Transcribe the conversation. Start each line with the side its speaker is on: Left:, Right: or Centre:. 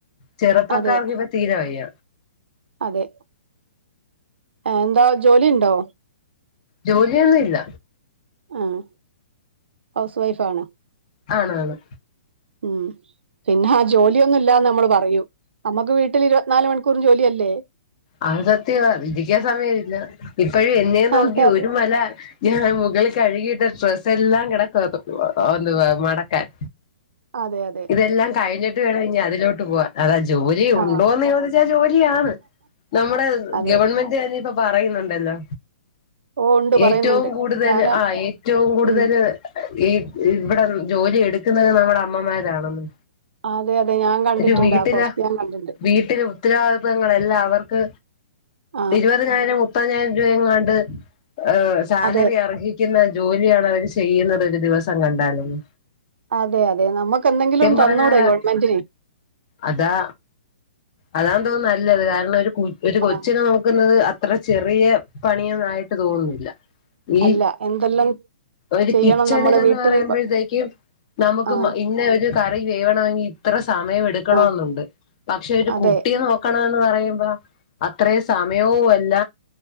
Left: ചെറുപ്പക്കാർക്ക്
Right: അതെ
Left: ഇപ്പ തീരെ വയ്യ
Right: അതെ എന്താ ജോലി ഇണ്ടോ
Left: ജോലിയൊന്നും ഇല്ല
Right: ആഹ് ഹൗസ് വൈഫ് ആണ്.
Left: ആണ് ആണ്.
Right: ഉം പിന്നെ ജോലിയൊന്നുല്ലാന്ന് നമ്മള് പറയും നമ്മക്ക് വീട്ടില് ഇരുപത്തിനാല് മണിക്കൂറും ജോലിയല്ലേ?
Left: ആത് സത്യ ഇരിക്കാൻ സമയമില്ല ഇപ്പഴും എന്നെ നോക്കി
Right: അതെ അതെ
Left: ഒരു മല ഞാൻ മുകളിൽ കഴുകിയിട്ട ഡ്രസ്സ് എല്ലാം കിടക്കുവാ ഒന്ന് മടക്കാൻ.
Right: അതെയ
Left: ഇതെല്ലാം കഴിഞ്ഞിട്ട് വേണം ഇനി അതിലോട്ട് പോവാൻ അതാ ജോലി
Right: ആഹ്
Left: ഉണ്ടോന്ന് ചോദിച്ചാൽ ജോലിയാണ്. നമ്മുടെ
Right: അതെ
Left: ഗവൺമെന്റ് തന്നെ ഇപ്പോ പറയുന്നുണ്ടല്ലോ
Right: ഓ ഉണ്ട് പറയുന്നുണ്ട്
Left: ഏറ്റവും കൂടുതല്
Right: ഞാന്
Left: ആഹ് ഏറ്റവും കൂടുതല്
Right: ഉം
Left: ഈ ഇവിടെ ജോലി എടുക്കുന്നത് നമ്മുടെ അമ്മമാരാണെന്ന്.
Right: അതെ അതെ ഞാൻ കണ്ടിട്ടുണ്ട്
Left: ഒരു വീട്ടിലെ
Right: ആ പോസ്റ്റ്‌ ഞാൻ കണ്ടിണ്ട്.
Left: വീട്ടിലെ ഉത്തരവാദിത്തങ്ങളെല്ലാം അവർക്ക്
Right: ആഹ്
Left: ഇരുപ ഇരുപതിനായിരം മുപ്പതിനായിരം രൂപയങ്ങാണ്ട് ഏഹ് സാലറി
Right: അതെ
Left: അർഹി ക്കുന്ന ജോലിയാണ് അവര് ചെയ്യുന്നത് ഒരു ദിവസം കണ്ടാലെന്ന്.
Right: അതെ അതെ നമുക്കെന്തെങ്കിലും ഒന്ന്
Left: പറഞ്ഞാലാ
Right: തന്നൂടേ ഗവൺമെന്റിന്?
Left: അതാ അതാ തോന്നുന്നു നല്ലത് കാരണം ഒരു ഒരു കൊച്ചിനെ
Right: ആഹ്
Left: നോക്കുന്നത് അ ത്ര ചെറിയ പണിയൊന്നും ആയിട്ട് തോന്നുന്നില്ല. ഈ
Right: അല്ല എന്തെല്ലാം
Left: ഒരു
Right: ചെയ്യണം
Left: കിച്ചണിലെന്ന്
Right: നമ്മള് വീട്ടില്
Left: പറയുമ്പോഴത്തേക്കും നമുക്ക്
Right: ആഹ്
Left: ഇന്ന ഒരു കറി വേവണമെങ്കിൽ ഇത്ര സമയം എടുക്കണന്നുണ്ട്
Right: ആഹ്
Left: പക്ഷേ ഒരു
Right: അതെ
Left: കുട്ടിയെ നോ ക്കണന്ന് പറയുമ്പോ അത്രയും സമയവും അല്ല